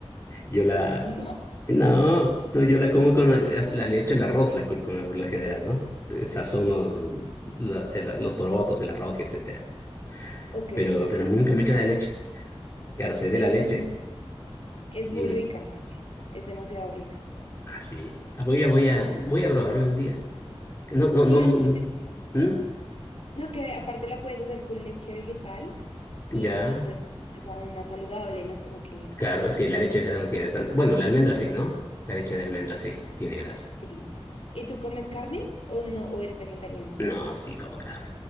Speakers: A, on the left (about 25°); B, on the left (about 70°).
A: Yo la...
B: ¿No?
A: No, no, yo la como con... La, le echo el arroz, la cúrcuma por lo general, ¿no? Eh, Sazono la- el- los porotos, el arroz y etcétera.
B: Ok,
A: Pero,
B: ok.
A: pero nunca me echo la leche. Claro, soy de
B: Es
A: la leche.
B: muy, es
A: Dime.
B: muy rica, es demasiado rica.
A: Así. voy a, voy a, voy a probarlo un día. Que No, no,
B: Sí,
A: no, no.
B: aparte,
A: no. ¿Mm?
B: no, que aparte la puedes hacer con leche vegetal y
A: Ya.
B: entonces es aún más saludable, ¿no? Como que,
A: Claro, es que la leche de cebada no tiene tanta... Bueno, la almendra sí, ¿no? La leche de almendra sí, tiene grasa.
B: sí. ¿Y tú comes carne o no, o eres vegetariano?
A: No, sí, como carne.